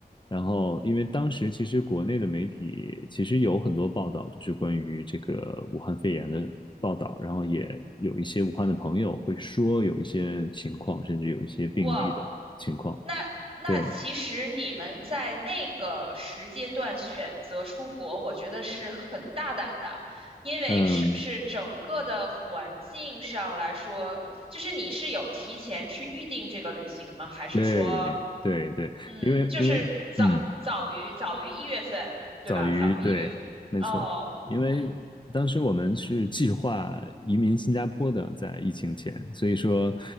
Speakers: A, on the left; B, on the right.
A: 然后，因为当时其实国内的媒体其实有很多报道，就是关于这个武汉肺炎的报道，然后也有一些武汉的朋友会说有一些情况，甚至有一些病例的情况。
B: 哇哦那那其实你们在那个时间段选择出国，
A: 对，
B: 我觉得是很大胆的，因为是不是整个的环境上来说，
A: 嗯，
B: 就是你是有提前去预定这个旅行吗？还是说，
A: 对，对对，
B: 嗯，
A: 因为因为嗯。
B: 就是早早于早于一月份，对吧？
A: 早于对，
B: 早于一月份。
A: 没错，
B: 哦，
A: 因为当时我们是计划移民新加坡的，
B: 嗯，
A: 在疫情前，所以说